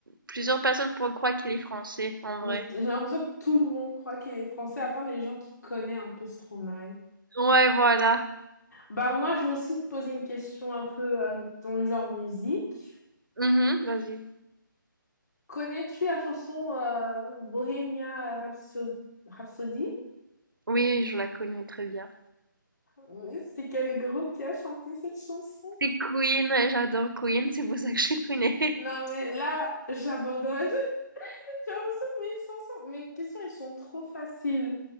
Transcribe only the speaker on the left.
Le-
J'ai l'impression que tout le monde croit qu'il est français, à part les gens qui connaissent un peu Stromae.
Bah moi, je vais aussi te poser une question un peu euh, dans le genre musique.
Connais-tu la chanson euh, Bohemia Rhapso- Rhapsody?
Oui, C'est quel groupe qui a chanté cette chanson?
Non, mais là, j'abandonne. <laughs> J'ai l'impression que mes chansons- mes questions, ils sont trop faciles.